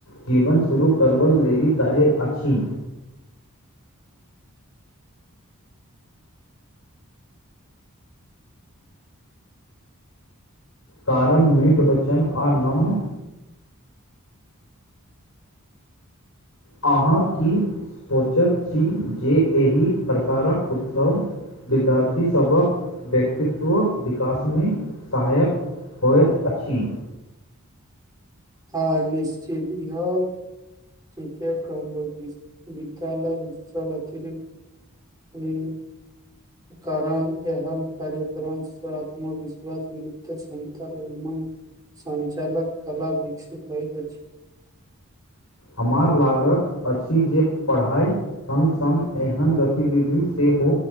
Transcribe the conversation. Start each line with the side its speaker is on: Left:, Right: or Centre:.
Left: जीवन शुरू करब लेली ताहिर अछि। कारण मीठ वचन आ नम। अहाँ। की सोचैत छी जे एहि प्रकारक उत्सव विद्यार्थीसभके व्यक्तित्व विकास में सहायक होइत अछि।
Right: हँ निश्चित भ ह। ठीके कहलहु, विद्यालय उत्सव अतिरिक्त ई कारण एहल कार्यक्रमसँ आत्मविश्वास न्त कता एव सञ्चालक कला विकसित होइत अछि।
Left: हमार लाग। करत अछि जे पढ़ाइ सङ्ग-सङ्ग एहन गतिविधि सेहो